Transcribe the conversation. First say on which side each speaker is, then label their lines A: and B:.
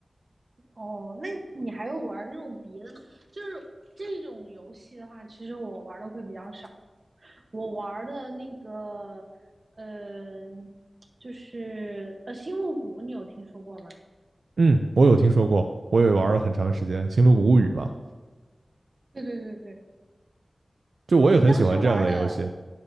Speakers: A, on the right (about 50°); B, on the right (about 80°).
A: 哦，那你还有玩那种别的吗？就是这种游戏的话，其实我玩的会比较少。我玩的那个，呃，就是呃，《星露谷》，你有听说过吗？
B: 嗯，我有听说过，我也玩了很长时间《星露谷物语》嘛，
A: 对对对对，
B: 就我也很喜欢这样的游戏。
A: 你当时玩的，